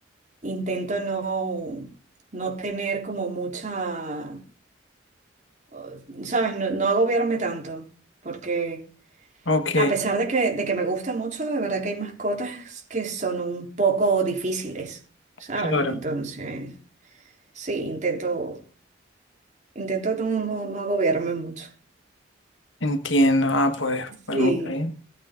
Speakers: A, on the right; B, on the left.
A: intento no, no tener como mucha, eh, ¿sabes? No, no agobiarme tanto, porque
B: ok,
A: a pesar de que, de que me gusta mucho, de verdad que hay mascotas que son un poco difíciles, ¿sabes?
B: claro.
A: Entonces, sí, intento, intento no, no, no agobiarme mucho.
B: Entiendo. Ah, pues, pues
A: Sí,
B: mira, ¿eh?